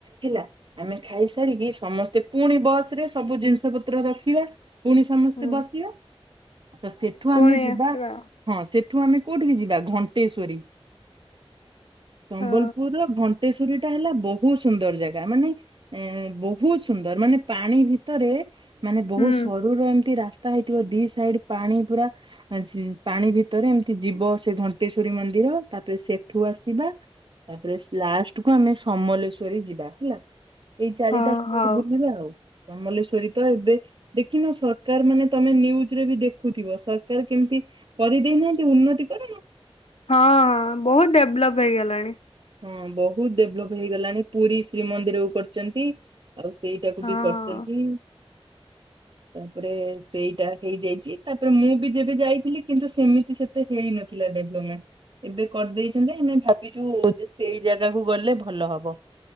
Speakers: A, on the right (about 55°); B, on the left (about 75°).
A: ହେଲା। ଆମେ ଖାଇସାରିକି ସମସ୍ତେ ପୁଣି ବସ୍ ରେ ସବୁ ଜିନିଷ ପତ୍ର ରଖିବା। ପୁଣି ସମସ୍ତେ
B: ହୁଁ
A: ବସିବା। ତ ସେଠୁ
B: ପୁଣି
A: ଆମେ ଯିବା
B: ଆସିବା
A: ହଁ ସେଠୁ ଆମେ କୋଉଠିକି ଯିବା ଘଣ୍ଟେଶ୍ଵରୀ। ସମ୍ବଲପୁରର
B: ହଁ
A: ଘଣ୍ଟେଶ୍ଵରୀ ଟା ହେଲା ବ ବହୁତ୍ ସୁନ୍ଦର ଜାଗା। ମାନେ ଏ ବହୁତ ସୁନ୍ଦର। ମାନେ ପାଣି ଭିତରେ ମାନେ ବହୁତ୍
B: ହୁଁ
A: ସରୁର ଏମିତି ରାସ୍ତା ହେଇଥିବ ଦି ସାଇଡ୍ ପାଣି ପୁରା ଆ ସେ ପାଣି ଭିତରେ ଏମତି ଯିବ ସେ ଘଣ୍ଟେଶ୍ଵରୀ ମନ୍ଦିର, ତାପରେ ସେଠୁ ଆସିବା ତାପରେ ଲାଷ୍ଟକୁ ଆମେ ସମଲେଶ୍ୱରୀ ଯିବା ହେଲା। ଦି ଚାରିଟା
B: ହଁ
A: ସ୍ପୁଟ୍
B: ହଉ
A: ବୁଲିବା ଆଉ। ସମଲେଶ୍ଵରୀ ତ ଏବେ ଦେଖିନ ସରକାର ମାନେ ତମେ ନ୍ଯୁଜରେ ବି ଦେଖୁଥିବ ସରକାର କେମତି କରିଦେଇନାହାନ୍ତି ଉନ୍ନତି କରଣ।
B: ହଁ ବହୁତ ଡେଭଲପ୍ ହେଇଗଲାଣି।
A: ହଁ ବହୁତ ଡେଭଲପ୍ ହେଇଗଲାଣି। ପୁରୀ ଶ୍ରୀମନ୍ଦିରକୁ କରୁଚନ୍ତି। ଆଉ ସେଇଟାକୁ
B: ହଁ
A: ବି କରିଛନ୍ତି। ତାପରେ ସେଇଟା ହେଇଯାଇଚି। ତାପରେ ମୁଁ ବି ଯେବେ ଯାଇଥିଲି କିନ୍ତୁ ସେମିତି ସେ ହେଇନଥିଲା ଡେଭଲପମେଣ୍ଟ। ଏବେ କରିଦେଇଛନ୍ତି। ଆମେ ଭାବିଚୁ ଯେ ସେଇ ଜାଗାକୁ ଗଲେ ଭଲ ହବ।